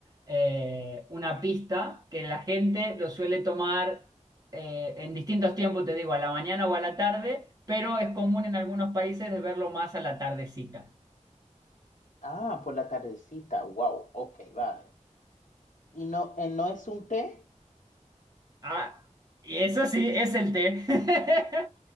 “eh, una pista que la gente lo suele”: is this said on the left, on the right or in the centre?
Right